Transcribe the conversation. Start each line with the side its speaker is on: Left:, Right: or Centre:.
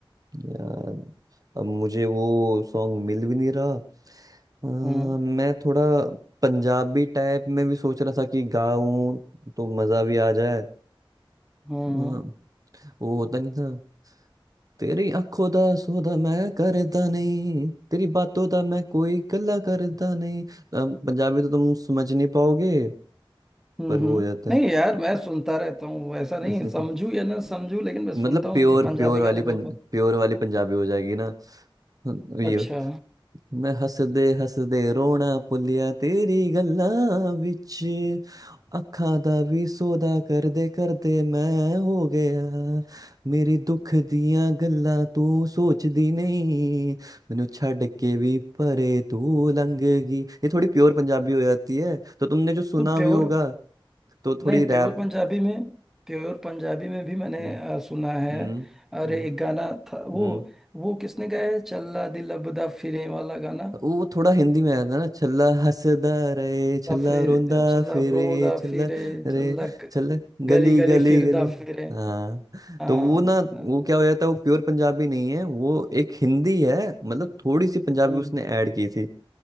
Right: याद अब मुझे वो सॉन्ग मिल भी नहीं रहा अ,
Centre: हम्म
Right: मैं थोड़ा पंजाबी टाइप में भी सोच रहा था कि गाऊं तो मजा भी आ जाए अ,
Centre: हम्म
Right: वो होता नहीं था तेरी आंखों दा सौदा मैं करदा नहीं तेरी बातों दा मैं कोई गल्ला करदा नहीं अ, पंजाबी तो तुम समझ नहीं पाओगे
Centre: हम्म
Right: पर वो
Centre: हम्म।
Right: हो जाता
Centre: नहीं यार मैं सुनता रहता हूँ ऐसा नहीं
Right: है
Centre: समझू
Right: <laughs>
Centre: या ना समझू लेकिन मैं सुनता
Right: मतलब
Centre: हूँ
Right: प्योर
Centre: मुझे पंजाबी
Right: प्योर
Centre: गाने
Right: वाली पंज,
Centre: बहुत बहुत
Right: प्योर वाली पंजाबी हो जाएगी ना ये
Centre: अच्छा
Right: मैं हंस दे हंस दे रोना पुलिया तेरी गल्ला विच अखा दा भी सौदा कर दे कर दे मैं हो गया मेरी दुख दियां गल्ला तू सोचदी नहीं मैनू छड़ के भी परे तू लंघ गई ये थोड़ी प्योर पंजाबी हो जाती है तो तुमने जो सुना
Centre: तो प्योर
Right: भी होगा तो थोड़ी
Centre: नहीं प्योर
Right: रैप
Centre: पंजाबी में प्योर पंजाबी में भी मैंने
Right: हम्म
Centre: अ, सुना है
Right: हम्म
Centre: और
Right: हम्म
Centre: एक गाना था वो
Right: हम्म।
Centre: वो किसने गाया है चल्ला दिल अबदा फिरे वाला गाना
Right: वो थोड़ा हिंदी में आया था ना छल्ला हंसदा रहे छल्ला
Centre: और फिर
Right: रोंदा
Centre: चल्ला
Right: फिरे
Centre: रोंदा
Right: छल्ला
Centre: फिरे
Right: रे
Centre: चल्ला ग-
Right: छल्ला गली
Centre: गली गली
Right: गली
Centre: फिरदा
Right: गली
Centre: फिरे
Right: हाँ
Centre: हाँ
Right: तो वो ना वो क्या हो जाता है वो प्योर पंजाबी नहीं है वो एक हिंदी है मतलब थोड़ी सी पंजाबी
Centre: हम्म,
Right: उसने ऐड की थी